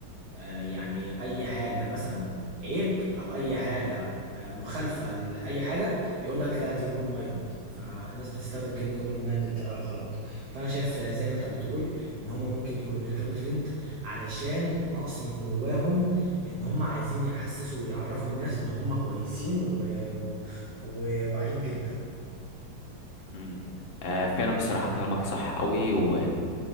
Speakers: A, on the right; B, on the left.
A: آه، يعني اي حاجه مثلا عيب او اي حاجه آه، مخالفه لاي حاجه يقول لك لا دي اوبن مايند فالناس بتستخدم كلمه اوبن مايند بطريقه غلط فانا شايف آه، زي ما انت بتقول ان هم ممكن يكونوا بيركبوا ترند علشان نقص من جواهم ان هم عايزين يحسسوا ويعرفوا الناس ان هم كويسين و- و- وواعيين جدا
B: مم. آه فعلا بصراحة كلامك صح قوي و...